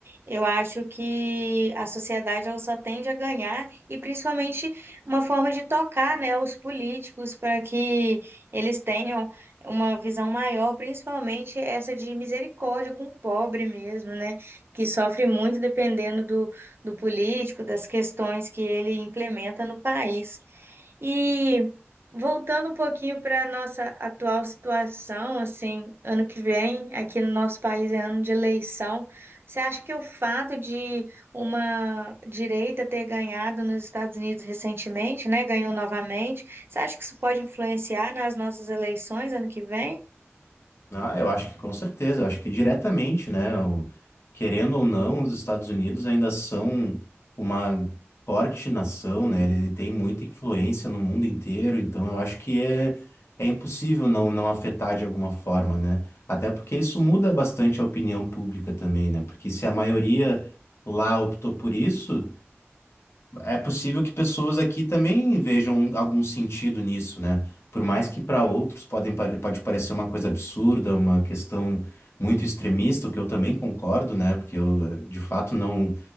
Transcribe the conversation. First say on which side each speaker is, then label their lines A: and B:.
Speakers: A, on the right; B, on the left.
A: eu acho que a sociedade ela só tende a ganhar e principalmente uma forma de tocar, né, os políticos para que eles tenham uma visão maior, principalmente essa de misericórdia com o pobre mesmo, né? que sofre muito dependendo do, do político, das questões que ele implementa no país. E voltando um pouquinho para a nossa atual situação, assim, ano que vem, aqui no nosso país é ano de eleição. Você acha que o fato de uma direita ter ganhado nos Estados Unidos recentemente, né, ganhou novamente, você acha que isso pode influenciar nas nossas eleições ano que vem?
B: Ah, eu acho que com certeza, eu acho que diretamente, né? o- querendo ou não, os Estados Unidos ainda são uma forte nação, né? Ele tem muita influência no mundo inteiro, então eu acho que é, é impossível não, não afetar de alguma forma, né? Até porque isso muda bastante a opinião pública também, né? Porque se a maioria lá optou por isso, É possível que pessoas aqui também vejam algum sentido nisso, né? Por mais que para outros podem, pare- pode parecer uma coisa absurda, uma questão muito extremista, o que eu também concordo, né? Porque eu, eh, de fato, não,